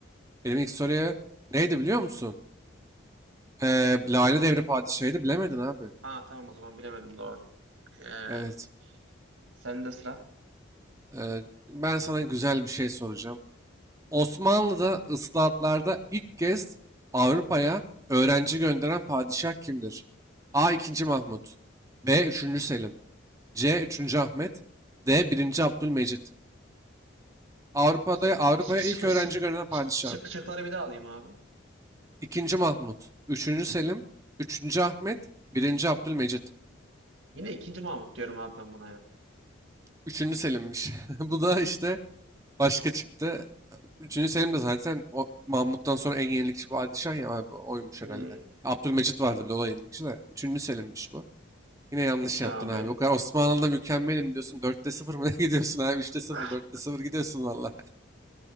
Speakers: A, on the right; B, on the right.
A: Benim ilk soruya neydi biliyor musun? Ee, Lale Devri Padişahı'ydı bilemedin abi.
B: Ha tamam o zaman bilemedim doğru. Ee,
A: Evet.
B: sende sıra.
A: Ee, ben sana güzel bir şey soracağım. Osmanlı'da ıslahatlarda ilk kez Avrupa'ya öğrenci gönderen padişah kimdir? A. 2. Mahmut B. Üçüncü Selim C. Üçüncü Ahmet D. Birinci Abdülmecit Avrupa'da
B: Şık
A: Avrupa'ya
B: şık
A: ilk öğrenci
B: şık şık
A: gönderen padişah
B: şık şıkları bir daha alayım abi.
A: 2. Mahmut Üçüncü Selim Üçüncü Ahmet Birinci Abdülmecit
B: Yine ikinci Mahmut diyorum abi ben buna ya.
A: Üçüncü Selim'miş. <laughs> Bu da işte Başka çıktı. Üçüncü Selim de zaten o Mahmut'tan sonra en yenilikçi padişah ya abi oymuş
B: Hmm,
A: herhalde. Abdülmecit vardı bir de o da yenilikçi de. Üçüncü Selim'miş bu. Yine yanlış
B: peki
A: yaptın
B: abi.
A: abi. O kadar Osmanlı'da mükemmelim diyorsun. dörtte sıfır mı ne <laughs> gidiyorsun abi? üçte sıfır
B: Ah,
A: dörtte sıfır gidiyorsun valla.